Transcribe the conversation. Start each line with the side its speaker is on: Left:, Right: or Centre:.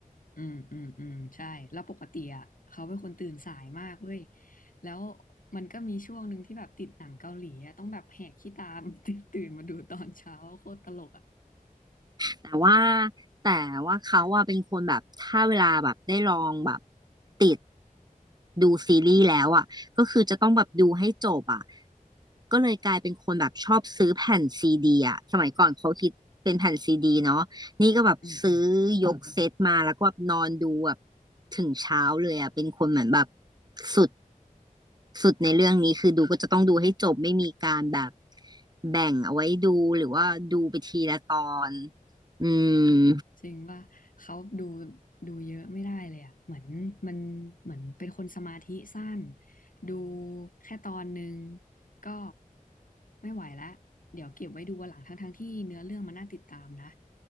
Left: อืมอืมอืมใช่แล้วปกติอ่ะเขาเป็นคนตื่นสายมากเว้ยแล้วมันก็มีช่วงหนึ่งที่แบบติดหนังเกาหลีอ่ะต้องแบบแหกขี้ตาม <laughs> ตื่นตื่นมาดูตอนเช้าโคตรตลกอ่ะ
Right: แต่ว่าแต่ว่าเขาอะเป็นคนแบบถ้าเวลาแบบได้ลองแบบติดดูซีรีส์แล้วอะก็คือจะต้องแบบดูให้จบอะก็เลยกลายเป็นคนแบบชอบซื้อแผ่นซีดีอะสมัยก่อนเขาคิดเป็นแผ่นซีดีเนาะนี่ก็แบบซื้อยกเซตมาแล้วก็แบบนอนดูแบบ
Left: อืมอืม
Right: ถึงเช้าเลยอะเป็นคนเหมือนแบบสุด สุดในเรื่องนี้คือดูก็จะต้องดูให้จบไม่มีการแบบแบ่งเอาไว้ดูหรือว่าดูไปทีละตอนอืม
Left: จริงว่าเขาดูดูเยอะไม่ได้เลยอ่ะเหมือนมันเหมือนเป็นคนสมาธิสั้นดูแค่ตอนหนึ่งก็ไม่ไหวละเดี๋ยวเก็บไว้ดูวันหลังทั้งๆที่เนื้อเรื่องมันน่าติดตามนะ